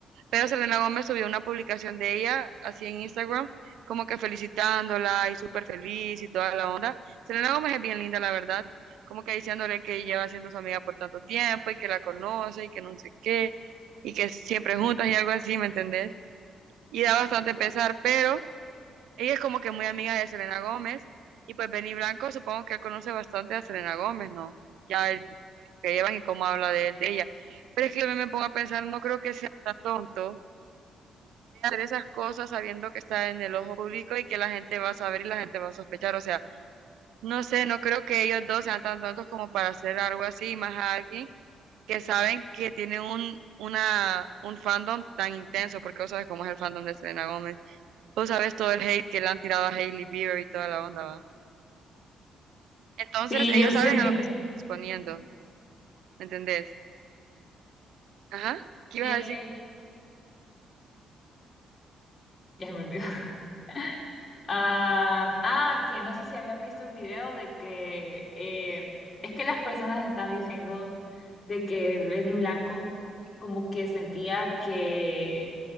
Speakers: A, on the right; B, on the left.
A: pero Selena Gómez subió una publicación de ella así en Instagram, como que felicitándola y súper feliz y toda la onda. Selena Gómez es bien linda, la verdad, como que diciéndole que lleva siendo su amiga por tanto tiempo y que la conoce y que no sé qué, y que siempre juntas y algo así, ¿me entendés? Y da bastante pesar, pero... Ella es como que muy amiga de Selena Gómez y pues Benny Blanco supongo que él conoce bastante a Selena Gómez, ¿no? Ya él, pues, que llevan y cómo habla de él, de ella. Pero es que yo me pongo a pensar, no creo que sea tan tonto de hacer esas cosas sabiendo que está en el ojo público y que la gente va a saber y la gente va a sospechar. O sea, no sé, no creo que ellos dos sean tan tontos como para hacer algo así, y más a alguien que saben que tiene un, una, un fandom tan intenso, porque vos sabes cómo es el fandom de Selena Gómez. Vos sabés todo el hate que le han tirado a Hailey Bieber y toda la onda, ¿va? Entonces,
B: Sí,
A: ellos
B: yo
A: saben
B: sé.
A: a lo que se están exponiendo, ¿me entendés? Ajá, ¿qué
B: Sí,
A: ibas
B: es
A: a decir?
B: que ya se me olvidó. <laughs> Ah, ah, que no sé si habías visto un video de que eh, es que las personas están diciendo de que Benny Blanco como que sentía que